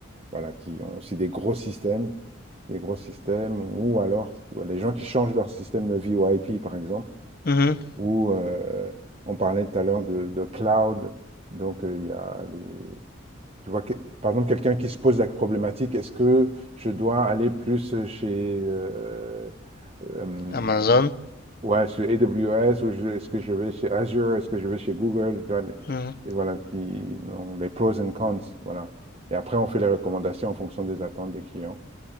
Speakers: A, on the right; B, on the left.
A: voilà, qui ont aussi des gros systèmes, des gros systèmes, ou alors tu vois, les gens qui changent leur système de vie au I P par exemple,
B: Mhm.
A: ou euh, on parlait tout à l'heure de, de cloud, donc euh, il y a des... Tu vois, que- par exemple, quelqu'un qui se pose la problématique, est-ce que je dois aller plus chez euh, euh,
B: Amazon.
A: ouais, sur AWS ou je- est-ce que je vais chez Azure, est-ce que je vais chez Google, tu vois, des-
B: Mhm.
A: et voilà, qui, non, les pros and cons, voilà. Et après, on fait les recommandations en fonction des attentes des clients.